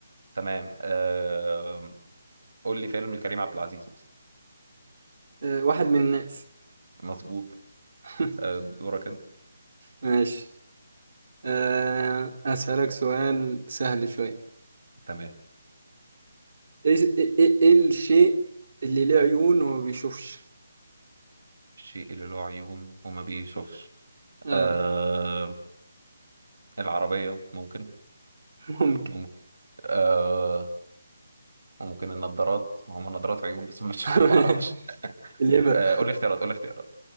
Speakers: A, on the right; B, on the right.
A: تمام أه قول لي فيلم لكريم عبد العزيز مثلا
B: آه، واحد من الناس
A: مظبوط
B: <laughs>
A: أه دورك انت
B: ماشي آه، أسألك سؤال سهل شوي
A: تمام
B: ايه ايه ايه إيه الشيء اللي له عيون وما بيشوفش
A: الشيء اللي له عيون وما بيشوفش
B: اه
A: أه العربية ممكن
B: ممكن
A: ممكن أه ممكن النضارات ما هم نضارات عيون بس ما بتشوف
B: <laughs>
A: <laughs> ما اعرفش
B: الإبرة
A: أه قول لي اختيارات قول لي اختيارات